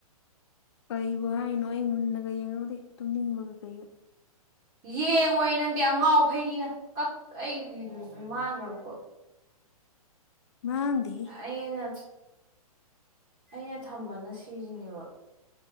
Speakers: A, on the left (about 45°); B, on the right (about 30°).
A: ꯀꯩꯕꯨ ꯍꯥꯏꯅꯣ ꯑꯩ ꯃꯨꯟꯅꯒ ꯌꯦꯡꯍꯧꯗꯦ ꯇꯨꯝꯅꯤꯡꯕꯒ ꯀꯩꯒ
B: ꯌꯦꯡꯉꯣꯏ ꯅꯪꯗꯤ ꯑꯉꯥꯎ ꯑꯐꯩꯅꯤꯅ ꯀꯛ ꯑꯩꯒꯤꯗꯨꯁꯨ ꯃꯥꯡꯈ꯭ꯔꯕꯀꯣ
A: ꯃꯥꯡꯗꯦꯍꯦ
B: ꯑꯩꯅ ꯑꯩꯅ ꯊꯝꯕꯅ ꯁꯤꯁꯤꯅꯦꯕ